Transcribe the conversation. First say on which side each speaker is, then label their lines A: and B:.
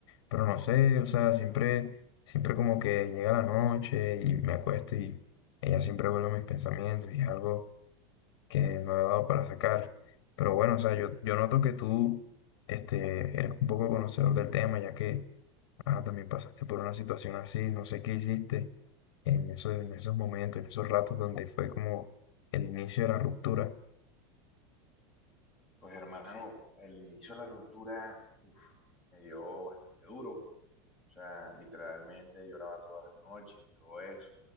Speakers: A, on the left; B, in the centre.
A: Pero no sé, o sea, siempre, siempre como que llega la noche y me acuesto y ella siempre vuelve a mis pensamientos y es algo que no he dado para sacar. Pero bueno, o sea, yo, yo noto que tú este, eres un poco conocedor del tema, ya que ah, también pasaste por una situación así, no sé qué hiciste en esos, en esos momentos, en esos ratos donde fue como el inicio de la ruptura.
B: Pues hermano, el inicio de la ruptura uf, me dio bastante duro, o sea, literalmente lloraba todas las noches, y todo eso.